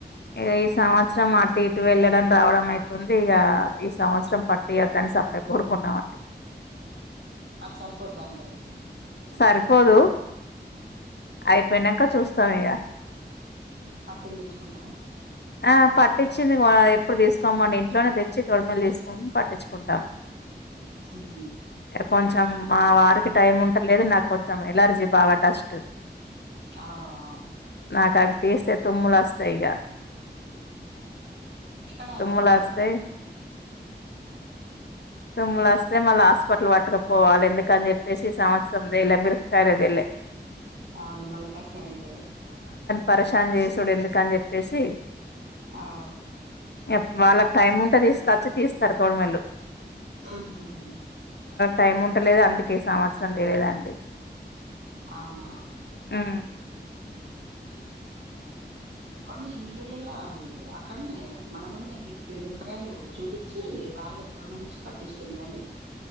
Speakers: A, on the left (about 70°); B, on the right (about 80°).
A: ఇగా ఈ సంవత్సరం అటు ఇటు వెళ్ళడం రావడం అయితుంది ఇగా ఈ సంవత్సరం పట్టియద్దని సప్పే కొనుకున్నామండి
B: అది సరిపోద్దండి అవి
A: సరిపోదు అయిపోనాక్ క చూస్తాం ఇగ
B: పట్టింది తెచ్చుకుంటారా
A: ఆ పట్టించింది కొనా ఎప్పుడు తీసుకొమ్మండి ఇంట్లోనే తెచ్చి తొడిమలు తీసుకోం పట్టించుకుంటాం
B: ఉహు
A: కొంచెం మా వారికి టైం ఉంటలేదు నాకు కొంచెం ఎలర్జీ బాగా డస్ట్
B: అవునా
A: నాకువి తీస్తే తుమ్ములు అస్తాయి ఇగ
B: ఇక్కడకు
A: తుమ్ములు వస్తాయి
B: అది
A: తుమ్ములు అస్తే మళ్ళా హాస్పిటల్ పటుకపోవాలి ఎందుకు అని చెప్పేసి ఈ సంవత్సరం తేలేే మిరపాయకలు సరేదేలే
B: అవును మళ్ళా కష్టం అయితది
A: పరశాన్ చేసుడు ఎందుకు అని చెప్పేసి
B: అవ్
A: ఇగ వాళ్ళకి టైం ఉంటే తీసుకచ్చి తీస్తారు తోడమల్ళలు
B: ఆహ ఆహా హ
A: టైం ఉంటలేదు అందుకే సంవత్సరం లేయదా అండి
B: అవునా
A: హు
B: అ కొన్ని మిల్లులలో అక్కడనే మన ముందే మిర్చిమీపకాయలు చూపించి వాళ్ళే దొడుమ నుంచి పటిస్తుండ్రండి